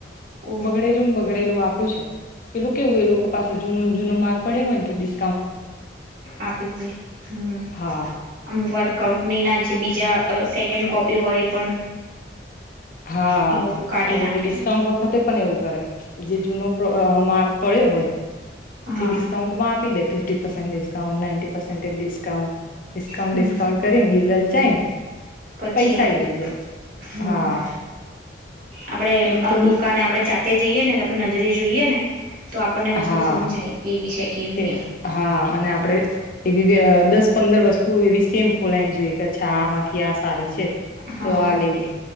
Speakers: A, on the right; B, on the left.
A: ઓ
B: બગડેલુંન બ ગડેલું આપ્યું છે પેલું કેવું એ લોકો પાસે જૂનો જૂનો માલ પડયો હોય ને તો ડીસ
A: આપી દે હમ
B: હા
A: અમુકવાર કમ પની ના જે બીજા અ સેકેન્ડ કોપી હોય એ પણ
B: હા
A: એ લોકો કાઢી
B: આ લોકો
A: નાખે
B: ડિસ્કાઉન્ટ વખતે પણ એવું કરે જે જૂનો પ અ માલ પડ્યો હોય
A: હા
B: એ ડિસ્કાઉન્ટ માં આપી દે fifty percent discount nineteen percentage discount discount
A: હમ
B: ડિસ્કાઉન્ટ કરીન જાયન
A: પછી
B: પૈસા
A: આપે
B: ય લઈ જાય
A: હમ
B: હા
A: આપડે
B: એમ તો
A: દુકાને આપે જાતિ જઈએ ને તો આપડે નજરે જોઈએ ને તો આપણને વસ્તુ
B: હા
A: સમજાય કેવી છે કેવી
B: કે
A: નહી
B: હા અને આપડે એવી દસ પંદર વસ્તુ એવી સેમ ખોલાઈને જોઈએ કે અચ્છા આમાંથી આ સારી છે
A: હા
B: તો આ લઈએ